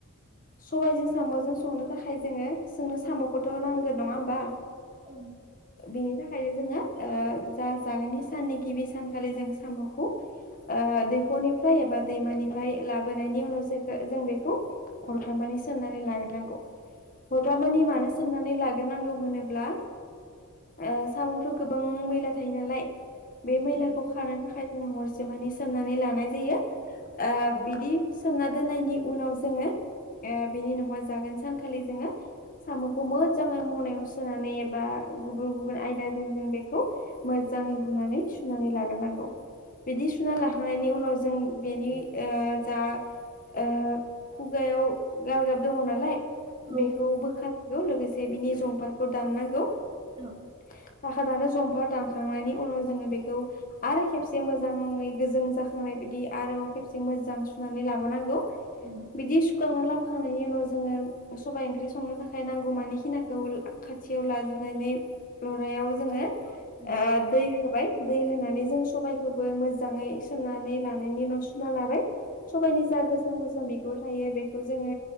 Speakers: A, on the left; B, on the right.
A: सबायजों साम'जों संनो थाखाय जोंङो जोंनो साम'खौथ' नांगोन नङा होमबा
B: औ
A: बिनि थाखायनो जोंङो ओ जा जानायनि साननि गिबि सानखालि जों साम'खौ ओ दैखरनिफ्राय एबा दैमानिफ्राय लाबोनायनि उनाव जोखौ जों बेखौ हरफामानि सोमनानै लाग्रोनांगौ हरफामानि मानो सोमनानै लागो नांगौ होनोब्ला ओ साम'आवथ' गोबां मैला थायो नालाय बे मैलाखौ
B: फैयो
A: खानो थाखाय जों हरसे माने सोमनानै लानाय जायो। ओ बिदि सोमना दोननायनि उनाव जोङो ओ बेनि उनावहाय जागोन सानखालि जोङो साम'खौ मोजाङै मनायाव सोनानै एबा गुबुन गुबुन आयदाजों जों बेखौ मोजाङै हुनानै सुनानै लाग्रोनांगौ। बिदि सुना‌ लाहा नायनि उनाव जों बेनि ओ जा ओ खुगायाव गालगाब दङ नालाय
B: औ
A: बेखौ
B: औ
A: बोखार गौ लोगोसे बिनि जंफारखौ दाननांगौ।
B: औ
A: <unintelligible> आरो जंफार दानखांनायनि उनाव जोङो बेखौ आरो खेबसे मोजाङै गोजों जाखांनाय बायदि आरोबाव खेबसे मोजां सुनानै लाबोनांगौ।
B: औ।
A: बिदि सुखांना लाबोखांनायनि उनाव जोङो सबाय ओंख्रि संनो थाखाय नांगौमानि खिनाखौ खाथियाव लाजोबनानै लरायाव जोङो
B: औ
A: ओ दै होबाय दै होनानै जों सबायखौबो मोजाङै सोमनानै लानायनि उनाव सुना लाबाय। सबाय निजा गोसोम गोसोम जों बि गुर थायो बेखौ जोङो